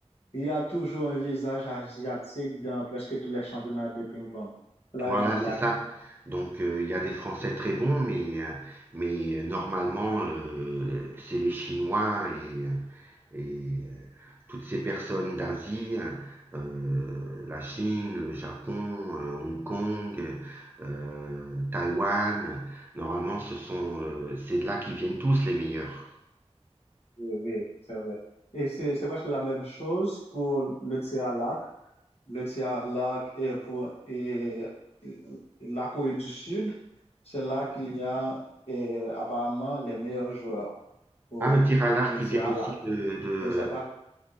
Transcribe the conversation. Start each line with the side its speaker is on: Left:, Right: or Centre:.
Left: il y a toujours un visage asiatique dans presque tous les championnats de ping-pong. C'est la
Right: Voilà,
Left: raison pour
Right: c'est
Left: laquelle
Right: ça. Donc euh, il y a des Français très bons, mais, euh, mais euh, normalement, euh, c'est les Chinois et, euh, et, euh, toutes ces personnes d'Asie, euh, la Chine, le Japon, euh, Hong Kong, euh, Taïwan, normalement, ce sont, euh, c'est de là qu'ils viennent tous les meilleurs.
Left: Oui, oui, c'est vrai. Et c'est c'est presque la même chose pour le tir à l'arc. Le tir à l'arc est pour et, et la Corée du Sud. C'est là qu'il y a et, apparemment les meilleurs joueurs pour
Right: Ah, le tir à l'arc,
Left: le tir
Right: ils viennent
Left: à
Right: aussi
Left: l'arc.
Right: de, de...
Left: Je ne sais pas.